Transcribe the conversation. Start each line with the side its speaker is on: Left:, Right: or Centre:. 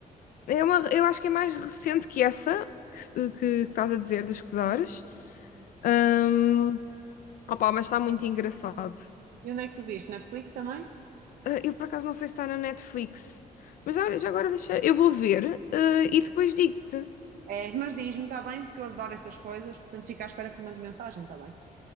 Left: É uma, eu acho que é mais recente que essa que, que- que estás a dizer dos Cesores. Hum, opá, mas está muito engraçado.
Right: E onde é que tu viste? Netflix também?
Left: Ah, eu por acaso não sei se está na Netflix, mas olha, já agora deixa. Eu vou ver, ah, e depois digo-te.
Right: É, mas diz-me, está bem, porque eu adoro essas coisas, portanto fica à espera que me mandes mensagem, está bem?